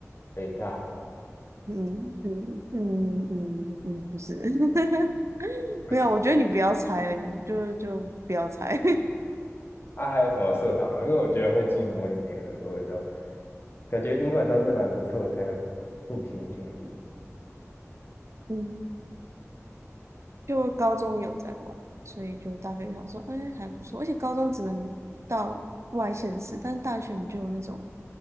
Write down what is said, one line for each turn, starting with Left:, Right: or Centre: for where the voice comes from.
Left: 北大，
Right: 嗯嗯嗯嗯嗯，不是，<laughs>
Left: 我天
Right: 没有，我觉得你不要猜了，你就就不要猜，
Left: 啊，还有什么社团啊？因为我觉得会进模拟联合国的都，感觉英国都是蛮不错的，才有信心进入。
Right: <laughs> 嗯，就高中有在玩，所以就大学就想说，哎，还不错，而且高中只能到外县市，但大学你就有那种